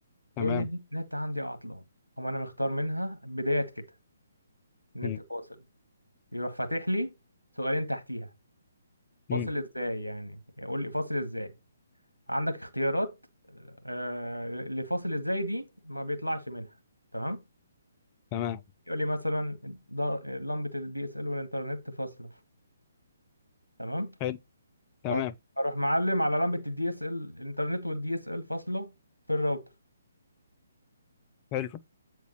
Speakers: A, on the left; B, on the left.
A: تقول
B: تمام
A: لي النت عندي عطلان أقوم انا مختار منها بداية كده النت
B: مم.
A: فاصل يروح فاتح لي سؤالين تحتيها
B: مم.
A: فاصل ازاي يعني يقول لي فاصل ازاي عندك اختيارات آه اللي فاصل ازاي دي ما بيطلعش منها تمام
B: تمام
A: يقول لي مثلا ض- لمبة الدي اس ال والانترنت فاصلة تمام
B: حلو تمام
A: أه، اروح معلم على لمبة الدي اس ال الانترنت والدي اس ال فاصلة في الراوتر
B: حلو